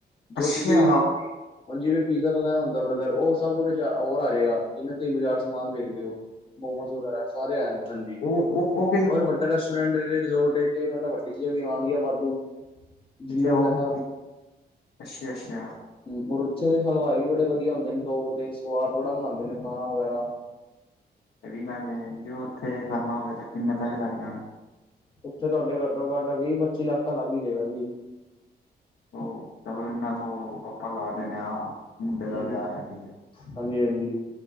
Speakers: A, on the left; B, on the left.
A: ਅੱਛਾ
B: ਜੋ ਤੁਸੀਂ ਹੁਣ ਜਿਵੇਂ ਪੀਜ਼ਾ ਵਗੈਰਾ ਹੁੰਦਾ ਬਰਗਰ ਓਂ ਸ਼ ਹ ਸਭ ਉਹਦੇ ਹੋਰ ਆ ਜਾਵੇਗਾ ਜਿਹਵੇੇ ਤੁਸੀਂ ਬਾਜ਼ਾਰ ਸਮਾਨ ਵੇਖਦੇ ਹੋ ਮੋਮੋਸ ਵਗੈਰਾ ਸਾਰ ਸਾਰੇ ਆ ਜਾਂਦੇ ਨੇ ਹਾਂਜੀ
A: ਓਹ, ਓਹ, ਓਹ
B: ਔਰ ਵੱਡਾ ਰੈਸਟਰੈਂਟ ਰਿਜ਼ੋਰਟ ਤੇ ਮਤਲਬ ਵੱਡੀ ਚੀਜ਼ਾਂ ਵੀ ਆਉਣਗੀਆਂ ਵਾਧੂ ਜਿੰਨਾ
A: ਜੇ ਉਹ
B: ਪੈਸਾ
A: ਅੱਛਾ, ਅੱਛਾ
B: ਮੁਰਛੇ ਦੇ ਹਲਵਾਈ ਬੜੇ ਵਧੀਆ ਹੁੰਦੇ ਨੇ ਟੋਪ ਦੇ ਸਵਾਦ ਬੜਾ ਮਨਾਉਂਦੇ ਨੇ ਖਾਣਾ ਵਗੈਰਾ
A: ਇਹ ਵੀ ਗੱਲ ਜੋ ਉੱਥੇ
B: ਹੂੰ
A: ਕਰਨਾ ਹੋਵੇ ਤਾਂ ਕਿੰਨੇ ਪੈਸੇ ਲੱਗ ਜਾਣੇ
B: ਉੱਥੇ ਤੁਹਾਡੇ ਘੱਟੋ, ਘੱਟ ਵੀਹ- ਪੱਚੀ ਲੱਖ ਤਾਂ ਲੱਗ ਹੀਈ ਜਗਾ ਜੀ
A: ਉਹ ਚਲੋ ਇਨਾ ਤਾਂ ਆਪਾਂ ਲਾ ਦੇਣ ਹਾਂ ਮੁੰਡੇ
B: ਹੂੰ
A: ਦਾ ਵਿਆਹ
B: ਹੂੰ
A: ਹੈ ਕ
B: ਹਾਂਜੀ, ਹਾਂਜੀ